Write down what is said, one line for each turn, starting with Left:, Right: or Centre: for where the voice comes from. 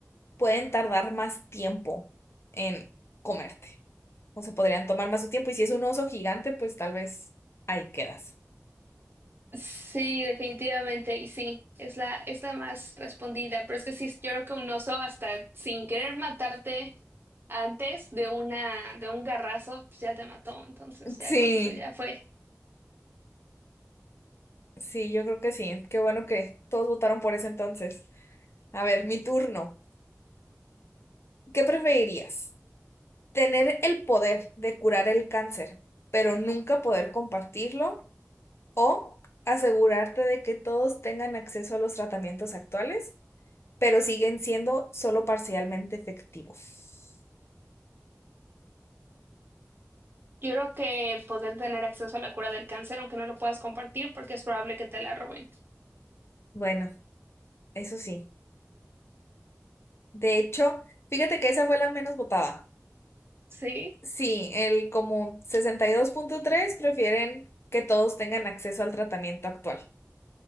Left: pueden tardar más tiempo en comerte. O se podrían tomar más su tiempo. Y si es un oso gigante, pues tal vez ahí quedas.
Right: Sí, definitivamente, y sí, es la, es la más respondida, pero es que sí, yo creo que un oso hasta sin querer matarte antes de una, de un garrazo, pues ya te mató, entonces ya
Left: Sí,
Right: con eso ya fue.
Left: sí, yo creo que sí. Qué bueno que todos votaron por eso entonces. A ver, mi turno. ¿Qué preferirías? ¿Tener el poder de curar el cáncer, pero nunca poder compartirlo? ¿O asegurarte de que todos tengan acceso a los tratamientos actuales, pero siguen siendo solo parcialmente efectivos?
Right: Yo creo que poder tener acceso a la cura del cáncer, aunque no lo puedas compartir, porque es probable que te la roben.
Left: Bueno, eso sí. De hecho, fíjate que esa fue la menos votada.
Right: Sí,
Left: Sí, el como sesenta y dos punto tres prefieren que todos tengan acceso al tratamiento actual,